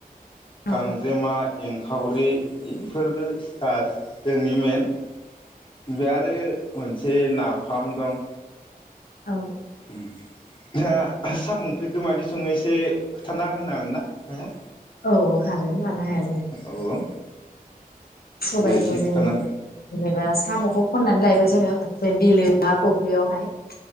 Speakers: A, on the left; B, on the left.
A: औ
B: गांजेमा एं खावरि इफोरबो जा जोंनि मेन ओमफाय आरो मोनसे नाफाम दं
A: औ
B: <unintelligible> सामु ओंख्रिखौ मायदि सङो एसे खोथाना होनो हागोन ना नोंङो
A: औ हागोन मानो हाया जानो
B: औ
A: सबायखौ
B: दे एसे
A: जोङो
B: खोथाना
A: जेनेबा सामखौ खननानै लायबाय जोङो गंसे बिलो ना फ ख्रि यावहाय <inaudible>